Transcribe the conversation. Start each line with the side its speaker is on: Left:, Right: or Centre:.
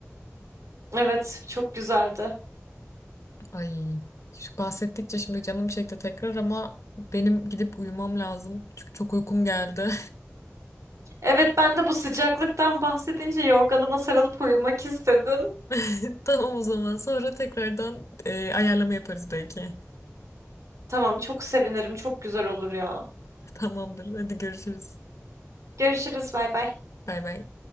Right: Evet, çok güzeldi.
Left: Ay şu bahsettikçe şimdi canım çekti tekrar ama benim gidip uyumam lazım. Çünkü çok uykum geldi.
Right: Evet, ben de bu sıcaklıktan bahsedince yorganıma sarılıp uyumak istedim.
Left: <laughs> Tamam o zaman. Sonra tekrardan e, ayarlama yaparız belki.
Right: Tamam, çok sevinirim. Çok güzel olur ya.
Left: <laughs> Tamamdır. Hadi görüşürüz.
Right: Görüşürüz, bay bay.
Left: Bay bay.